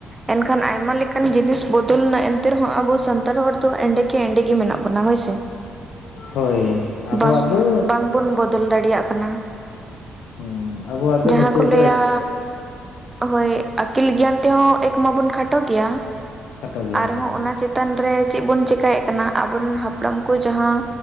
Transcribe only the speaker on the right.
ᱮᱱᱠᱷᱟᱱ ᱟᱭᱢᱟ ᱞᱮᱠᱟᱱ ᱡᱤᱱᱤᱥ ᱵᱚᱫᱚᱞᱱᱟ ᱮᱱᱛᱮ ᱨᱮᱦᱚᱸ ᱟᱵᱚ ᱥᱟᱱᱛᱟᱲ ᱦᱚᱲ ᱫᱚ ᱮᱸᱰᱮ ᱮᱸᱰᱮ ᱜᱮ ᱢᱮᱱᱟᱜ ᱵᱚᱱᱟ ᱦᱳᱭᱥᱮ,
ᱵᱟᱝ
ᱵᱟᱝ ᱵᱚᱱ ᱵᱚᱫ <unintelligible> ᱫᱟᱲᱮᱭᱟᱜ ᱠᱟᱱᱟ᱾
ᱡᱟᱦᱟᱸ
ᱠᱚ ᱞᱟᱹᱭᱟ᱾
ᱦᱳᱭ ᱟᱹᱠᱤᱞ ᱜᱮᱭᱟᱱ ᱛᱮᱦᱚᱸ ᱮᱠ ᱢᱟᱵᱚᱱ ᱠᱷᱟᱴᱚ ᱜᱮᱭᱟ
ᱟᱨᱦᱚᱸ
ᱚᱱᱟ ᱪᱮ ᱛᱟᱱ ᱨᱮ ᱪᱮᱜ ᱵᱚᱱ ᱪᱮᱠᱟᱭᱮᱜ ᱠᱟᱱᱟ ᱟᱵᱚᱨᱮᱱ ᱦᱟᱯᱲᱟᱢ ᱠᱚ ᱡᱟᱦᱟᱸ